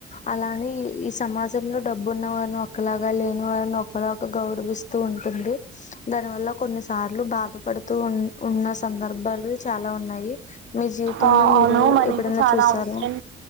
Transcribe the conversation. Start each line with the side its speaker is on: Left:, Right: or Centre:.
Left: అలానే ఈ సమాజ లో డబ్బు ఉన్న వారిని ఒకలాగా లేని వారిని ఒకలాగా గౌరవిస్తూ ఉంటుంది దాని వల్ల కొన్ని సార్లు బాధపడుతూ ఉ ఉన్న సందర్భాలు చాలా ఉన్నాయి మీ జీవితంలో
Right: ఆ అవును
Left: మీరు
Right: మనకు
Left: ఎప్పుడన్నా
Right: చాలా
Left: చూసారా
Right: అవసరం